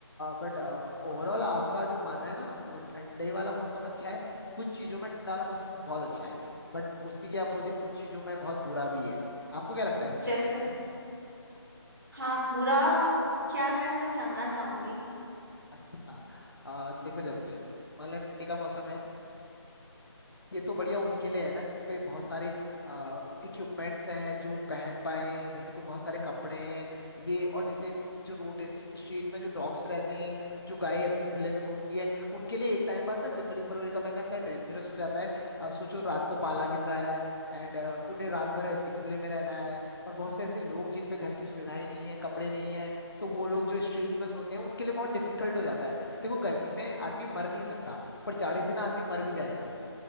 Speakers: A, on the left (about 50°); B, on the right (about 45°).
A: बट ओवरऑल आपका जो मानना है ना वो ठंडे वाला मौसम अच्छा है कुछ चीजों में ठंडा वाला मौसम बहुत अच्छा है बट उसी के अपोजिट कुछ चीजों में बहुत बुरा भी है आपको क्या लगता है इसमें
B: जैसे हाँ बुरा क्या है मैं जानना चाहूंगी
A: अच्छा अ, देखो जैसे मान लो ठंडी का मौसम है ये तो बढ़िया उनके लिए है ना जिन पे बहुत सारे इक्विपमेंट्स हैं जो पहन पाए जैसे कोई बहुत सारे कपड़े हैं ये और जैसे जो रोड स्ट्रीट में जो डॉग्स रहते हैं जो गाय ऐसी खुले में घूमती है उनके लिए एक टाइम बाद ना जनवरी फरवरी का महीना इतना डेंजरस हो जाता है अ, सोचो रात को पाला गिर रहा है एंड उन्हें रात भर ऐसे खुले में रहना है और बहुत से ऐसे लोग जिन पे घर की सुविधाएं नहीं है कपड़े नहीं है तो वो लोग जो स्ट्रीट में सोते हैं उनके लिए बहुत डिफिकल्ट हो जाता है देखो गर्मी में आदमी मर नहीं सकता पर जाड़े से ना आदमी मर भी जाएगा